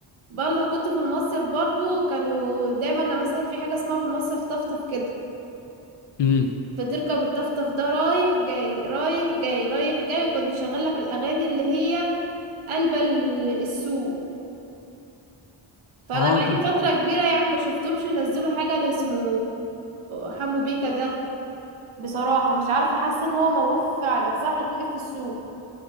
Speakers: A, on the right (about 75°); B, on the left (about 60°).
A: برضه أنا كنت في المصيف برضه كانوا دايما أنا مثلا في حاجة اسمها في المصيف طفطف كده
B: امم
A: فتركب الطفطف ده رايح جاي رايح جاي رايح جاي وكان يشغل لك الأغاني اللي هي قلب ال- السوق فأنا
B: اه
A: بقالي
B: كان في
A: فترة كبيرة يعني ما شفتهمش ينزلوا حاجة اللي اسمه حمو بيكا ده بصراحة مش عارفة حاسة ان هو موقوف فعلا صح توقف في السوق